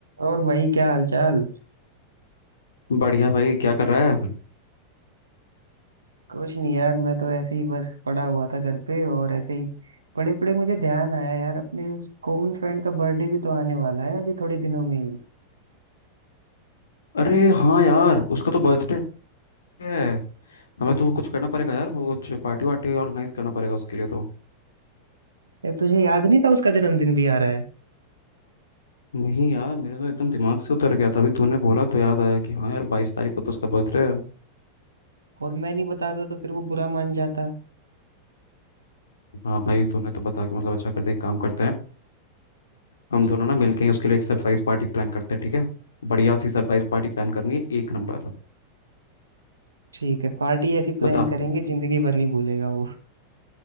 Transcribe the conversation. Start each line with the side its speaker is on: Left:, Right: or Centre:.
Right: और भाई क्या हालचाल
Left: बढ़िया भाई क्या कर रहा है
Right: कुछ नहीं यार मैं तो ऐसे ही बस पड़ा हुआ था घर पे और ऐसे ही पड़े पड़े मुझे ध्यान आया यार अपने उस कॉमन फ्रेंड का बर्थडे भी तो आने वाला है अभी थोड़े दिनों में ही
Left: अरे हाँ यार उसका तो बर्थडे है हमें तो कुछ करना पड़ेगा यार वो कुछ पार्टी वार्टी ऑर्गेनाइज करना पड़ेगा उसके लिए तो
Right: यार तुझे याद नहीं था उसका जन्मदिन भी आ रहा है
Left: नहीं यार मेरे तो एकदम दिमाग से उतर गया था अभी तूने बोला तो याद आया कि हाँ यार बाईस तारीख को तो उसका बर्थडे है
Right: और मैं नहीं बताता तो फिर वो बुरा मान जाता
Left: हाँ भाई तूने तो बता के मतलब अच्छा करते एक काम करते हैं हम दोनों ना मिलके ही उसके लिए एक सरप्राइज पार्टी प्लान करते हैं ठीक है बढ़िया सी सरप्राइज पार्टी प्लान करनी है एक नंबर
Right: ठीक है पार्टी ऐसी प्लान
Left: बता
Right: करेंगे जिंदगी भर नहीं भूलेगा वो